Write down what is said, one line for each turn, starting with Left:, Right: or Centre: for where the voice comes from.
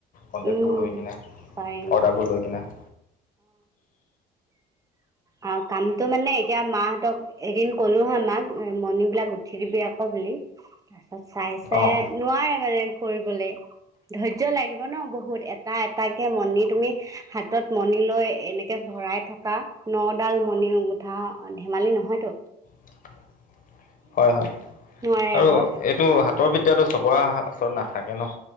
Left: কনটেক্ট
Right: উম,
Left: বোৰ লৈ কিনে
Right: পাৰিম
Left: অৰ্ডাৰবোৰ লৈ কিনে <inaudible>
Right: অ কামতটো মানে এতিয়া মা হতক এদিন কলো হা মাক মণিবিলাক উঠি দিবি আকৌ বুলি। তা ছত চাইছে
Left: অঁ
Right: নোৱাৰে মানে কৰিবলৈ ধৈৰ্য লাগিব ন বহুত এটা এটাকে মণি তুমি হাতত মণি লৈ এনেকে ভৰাই থকা নডাল মণি উঠা ধেমালি নহয়তো
Left: <inaudible> হয় হয়
Right: নোৱাৰে
Left: আৰু
Right: আকৌ
Left: এইটো হাতৰ বিদ্যাটো চবৰে হৃ ওচৰত নাথাকে ন